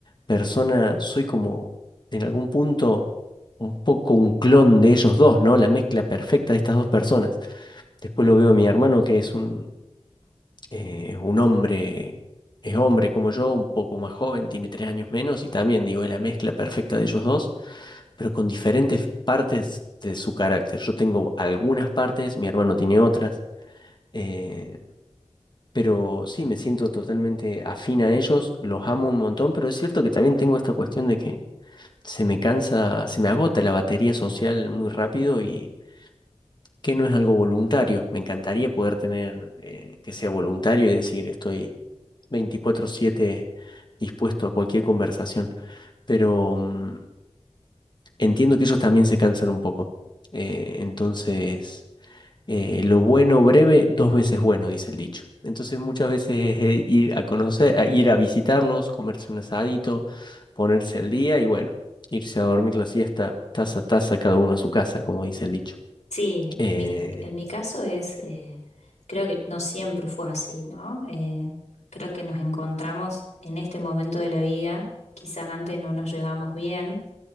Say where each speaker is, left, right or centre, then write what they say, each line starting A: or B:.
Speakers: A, on the left (about 40°); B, on the left (about 85°).
A: personas, soy como en algún punto un poco un clon de ellos dos, ¿no? La mezcla perfecta de estas dos personas. Después lo veo a mi hermano, que es un, eh, es un hombre, es hombre como yo, un poco más joven, tiene tres años menos y también, digo, es la mezcla perfecta de ellos dos, pero con diferentes partes de su carácter. Yo tengo algunas partes, mi hermano tiene otras, eh, pero sí, me siento totalmente afín a ellos, los amo un montón, pero es cierto que también tengo esta cuestión de que se me cansa, se me agota la batería social muy rápido y que no es algo voluntario. Me encantaría poder tener eh, que sea voluntario y decir estoy 24/7 dispuesto a cualquier conversación, pero mm, entiendo que ellos también se cansan un poco. Eh, entonces, eh, lo bueno breve, dos veces bueno, dice el dicho. Entonces muchas veces es eh, ir a conocer, a ir a visitarlos, comerse un asadito, ponerse al día y bueno, irse a dormir la siesta, taza a taza, cada uno a su casa, como dice el dicho.
B: Sí,
A: Eh,
B: en mi, en mi caso es, eh, creo que no siempre fue así, ¿no? Eh, creo que nos encontramos en este momento de la vida, quizás antes no nos llevamos bien.